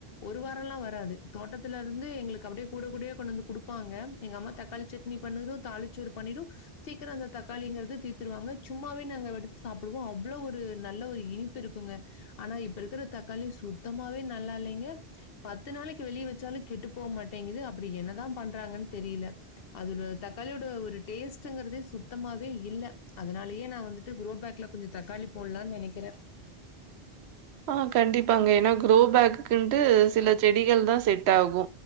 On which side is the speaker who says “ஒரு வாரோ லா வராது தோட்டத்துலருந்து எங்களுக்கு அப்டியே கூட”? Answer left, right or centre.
Left